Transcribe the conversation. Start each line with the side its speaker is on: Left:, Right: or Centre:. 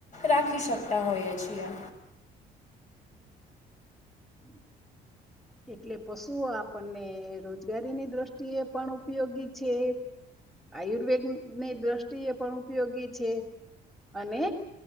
Left: રાખી શકતા હોઈએ છીએ.
Centre: <unintelligible> એટલે પશુઓ આપણને રોજગારીની દ્રષ્ટિએ પણ ઉપયોગી છે. આયુર્વેદની દ્રષ્ટિ એ પણ ઉપયોગી છે અને